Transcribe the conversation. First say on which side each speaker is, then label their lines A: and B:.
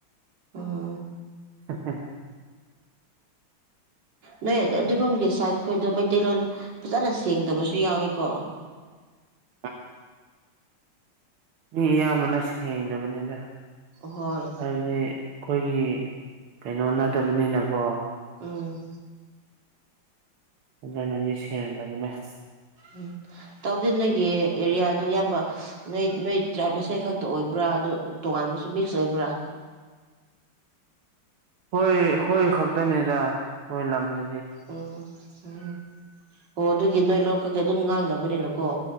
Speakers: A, on the right; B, on the right.
A: ꯎꯝ
B: <inaudible>
A: ꯅꯣꯏ ꯑꯗꯨꯔꯣꯝꯒꯤ ꯁꯥꯏꯠ ꯈꯣꯏꯗꯣ ꯃꯩꯇꯩꯂꯣꯟ ꯐꯖꯅ ꯁꯦꯡꯗꯕꯁꯨ ꯌꯥꯎꯏꯀꯣ
B: ꯑ ꯃꯤ ꯑꯌꯥꯝꯕꯅ ꯁꯦꯡꯗꯕꯅꯤꯗ
A: ꯍꯣꯏ
B: ꯍꯥꯏꯕꯗꯤ ꯑꯩꯈꯣꯏꯒꯤ ꯀꯩꯅꯣ ꯅꯠꯇꯕꯅꯤꯅꯀꯣ
A: ꯎꯝ
B: ꯐꯖꯅꯅꯤ ꯁꯦꯡꯗꯕꯅꯦ
A: ꯎꯝ ꯇꯧꯗꯦ ꯅꯣꯏꯒꯤ ꯑꯦꯔꯤꯌꯥꯗꯣ ꯑꯌꯥꯝꯕ ꯅꯣꯏ ꯅꯣꯏ ꯇ꯭ꯔꯥꯏꯞ ꯃꯁꯦꯜ ꯈꯛꯇ ꯑꯣꯏꯕ꯭ꯔꯥ ꯑꯗꯨ ꯇꯣꯉꯥꯟꯕꯁꯨ ꯃꯤꯛꯁ ꯑꯣꯏꯕ꯭ꯔꯥ
B: <inaudible> ꯍꯣꯏ ꯑꯩꯈꯣꯏ ꯈꯛꯇꯅꯤꯗ ꯈꯣꯏ ꯂꯝꯗ
A: ꯑꯣ ꯎꯝ ꯑꯣ ꯑꯗꯨꯒꯤ ꯅꯣꯏ ꯂꯣꯟ ꯈꯛꯇ ꯑꯗꯨꯝ ꯉꯥꯡꯅꯕꯅꯤꯅꯀꯣ